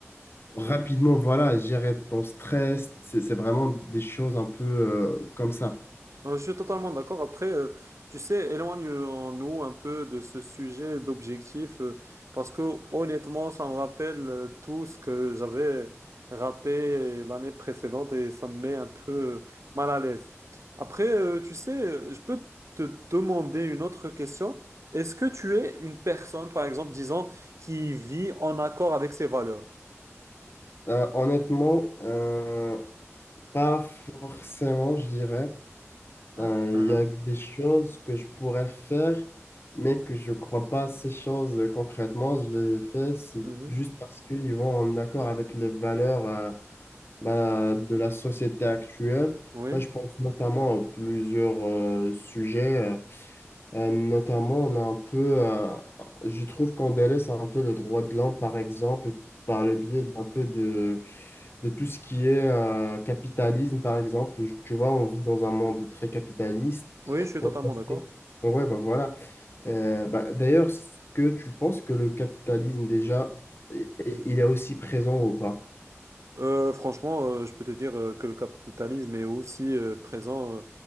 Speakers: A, on the left; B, on the right.
A: Rapidement, voilà, gérer ton stress, c'est c'est vraiment des choses un peu euh, comme ça.
B: Euh, Je suis totalement d'accord. Après, euh, tu sais, éloignons-nous un peu de ce sujet d'objectif, euh, parce que honnêtement, ça me rappelle euh, tout ce que j'avais raté l'année précédente et ça me met un peu mal à l'aise. Après, euh, tu sais, euh, je peux te demander une autre question. Est-ce que tu es une personne, par exemple, disons, qui vit en accord avec ses valeurs?
A: Euh, honnêtement, euh, Pas forcément, je dirais.
B: Hein?
A: Euh,
B: Hein?
A: Il y
B: hein.
A: a des choses que je pourrais faire, mais que je crois pas ces choses euh, concrètement. Je les fais, c'est
B: Mhm.
A: juste parce qu'ils vont en accord avec les valeurs euh, bah, de la société actuelle.
B: Oui,
A: Moi, je pense notamment à plusieurs euh, sujets. euh, euh, notamment, on a un peu, euh, je trouve qu'on délaisse un peu le droit de l'homme, par exemple, par le biais d'un peu de, de tout ce qui est euh, capitalisme, par exemple. Je- Tu vois, on vit dans un monde très capitaliste.
B: oui, je suis
A: Ouais,
B: totalement d'accord.
A: ouais, bah voilà. Euh, bah, d'ailleurs, est-ce que tu penses que le capitalisme, déjà, i- i- il est aussi présent ou pas?
B: Euh, franchement, euh, je peux te dire euh, que le capitalisme est aussi euh, présent euh,